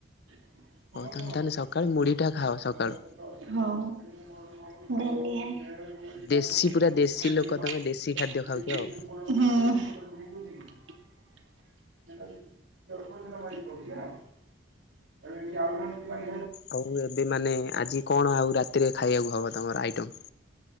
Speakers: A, on the right; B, on the left.
A: ହଁ
B: ହଉ ତମେ ତାହେଲେ ସକାଳୁ ମୁଢିଟା ଖାଅ ସକାଳୁ
A: ଡେଲି ହେଁ
B: ଦେଶୀ ପୁରା ଦେଶୀ
A: <unintelligible>
B: ଲୋକ ତମେ ଦେଶୀ ଖାଦ୍ୟ ଖାଉଛ ଆଉ।
A: ହୁଁ। <unintelligible>
B: ହଉ ଏବେ ମାନେ ଆଜି କଣ ଆଉ ରାତିରେ ଖାଇବାକୁ ହବ ତମର ଆଇଟମ?